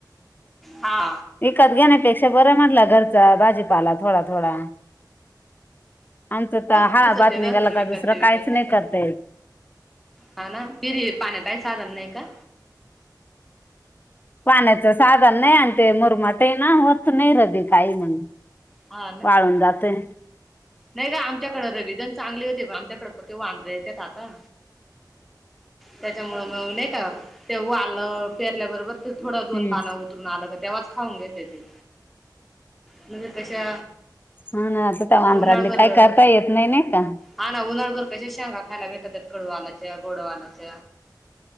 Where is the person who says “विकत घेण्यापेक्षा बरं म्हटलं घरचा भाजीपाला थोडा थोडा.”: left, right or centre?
Left